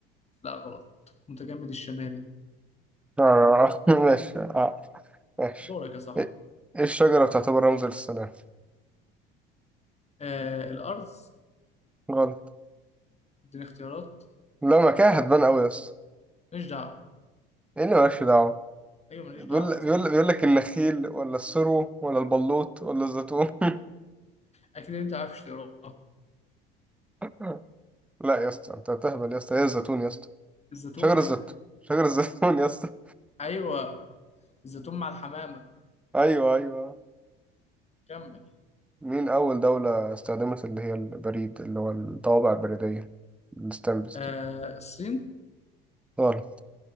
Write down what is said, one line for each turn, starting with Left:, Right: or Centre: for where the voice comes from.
Left: لا غلط المتجمد الشمالي
Centre: آه <laughs> ماشي آه ماشي
Left: دورك يا صاحبي
Centre: إيه إيه الشجرة بتعتبر رمز للسلام
Left: آه الأرض
Centre: غلط
Left: اديني اختيارات
Centre: لا ما كده هتبان أوي يا اسطى
Left: ماليش دعوة
Centre: إيه اللي مالكش دعوة
Left: أيوة ماليش
Centre: بيقول
Left: دعوة يا صاحبي
Centre: بيقول بيقول لك النخيل ولا السرو ولا البلوط ولا الزيتون
Left: أكيد أنت عارف اختيارات
Centre: <laughs> لا يا اسطى أنت هتهبل يا اسطى إيه الزيتون يا اسطى
Left: الزيتون
Centre: شجر الزيتون
Left: أيوة
Centre: شجر الزيتون يا اسطى
Left: أيوة الزيتون مع الحمامة
Centre: ايوه ايوه
Left: كمل
Centre: مين اول دولة استخدمت اللي هي البريد اللي هو الطوابع البريدية الستامبس
Left: آه
Centre: دي
Left: الصين
Centre: غلط